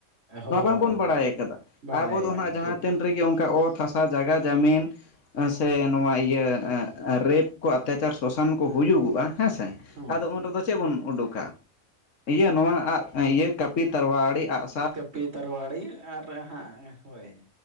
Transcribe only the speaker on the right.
ᱦᱳᱭ
ᱵᱟᱲᱟᱭ
ᱠᱟᱱᱟ
ᱴᱷᱤᱠ
ᱦᱩᱸ
ᱠᱟᱹᱯᱤ ᱛᱟᱨᱣᱟᱲᱤᱭᱟᱹ ᱟᱨ ᱦᱟᱸᱜ ᱦᱳᱭ᱾